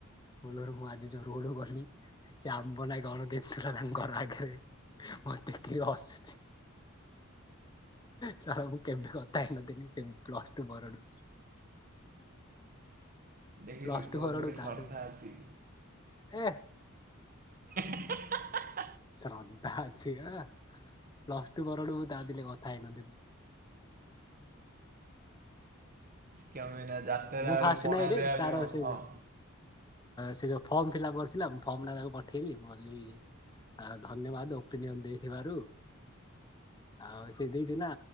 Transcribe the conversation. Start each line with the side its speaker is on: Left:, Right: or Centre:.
Left: ବୋଲରୁ ମୁଁ ଆଜି ଯୋଉ ରୋଡ ରୁ ଗଲି ସେ ଆମ୍ବ ନା କଣ <unintelligible> ଥିଲା ତାଙ୍କ ଘର ଆଗରେ ମତେ ଦେଖକି ହସୁଛି। ସାର୍ ମୁଁ କେବେ କଥା ହେଇନଥିଲିନି ସେ ପ୍ଲସ ଟୁ ପରଠୁ।
Right: ଦେଖିଲୁ
Left: ପ୍ଲସ ଟୁ
Right: ତୋ
Left: ପରଠୁ
Right: ଉପରେ
Left: ତା
Right: ଶର୍ଦ୍ଧା
Left: ସହିତ
Right: ଅଛି।
Left: ଏ
Right: <unintelligible>
Left: ଶ୍ରଦ୍ଧା ଅଛି ଆ ପ୍ଲସ ଟୁ ପରଠୁ ମୁ ତା ଦିନେ କଥା ହେଇନଥିଲି।
Right: କିଆ ମିିନା ଯାତ୍ରା
Left: ମୁଁ ଫାଷ୍ଟ
Right: ରୁ ପଣା
Left: ନାଇଁରେ
Right: ଦେବା
Left: ତାର
Right: ପାଇଁ ହଁ
Left: ସେ
Right: ହଁ
Left: ସେ ଯୋଉ ଫର୍ମ ଫିଲ୍ଅପ୍ କରିଥିଲା ଫର୍ମ ଟା ତାକୁ ପଠେଇଲି ମୁଁ କହିଲି ଧନ୍ୟବାଦ ଓପିନିଅନ ଦେଇଥିବାରୁ ଆଉ ସେ ଦେଇଛି ନା